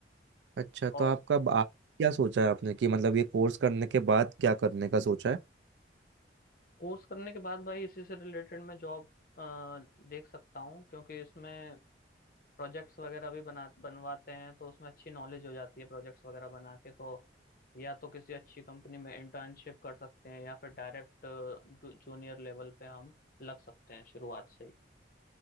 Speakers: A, on the right; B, on the left.
A: अच्छा तो
B: और
A: आपका आप क्या सोचा है आपने कि मतलब ये कोर्स करने के बाद क्या करने का सोचा है
B: कोर्स करने के बाद भाई इसी से रिलेटेड मैं जॉब देख सकता हूँ क्योंकि इसमें प्रोजेक्ट्स वगैरह भी बना बनवाते हैं तो उसमें अच्छी नॉलेज हो जाती है प्रोजेक्ट्स वगैरह बना के तो या तो किसी अच्छी कंपनी में इंटर्नशिप कर सकते हैं या फिर डायरेक्ट जूनियर लेवल पे हम लग सकते हैं शुरुआत से ही